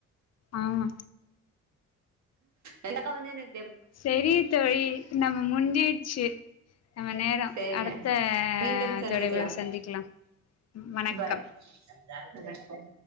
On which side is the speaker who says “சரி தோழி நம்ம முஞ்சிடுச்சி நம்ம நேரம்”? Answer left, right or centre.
Left